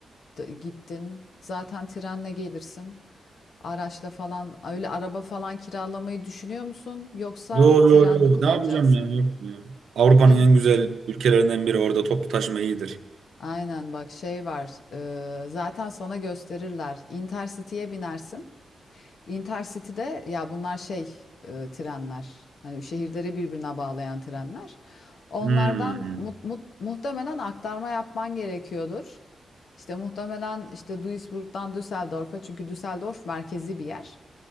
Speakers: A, on the left; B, on the right.
A: d- gittin zaten trenle gelirsin araçla falan öyle araba falan kiralamayı düşünüyor musun yoksa
B: Yo
A: tren
B: yo yo
A: mi kullanacaksın?
B: ne yapacağım ya yok ya. Avrupa'nın
A: Ge-
B: en güzel ülkelerinden biri orada toplu taşıma iyidir.
A: Aynen bak şey var e, zaten sana gösterirler Intercity'ye binersin Intercity'de ya bunlar şey e, trenler. Hani şehirleri birbirine bağlayan trenler. Onlardan
B: Hmm,
A: mu- mu- muhtemelen aktarma yapman gerekiyordur. İşte muhtemelen işte Duisburg'dan Düsseldorf'a çünkü Düsseldorf merkezi bir yer.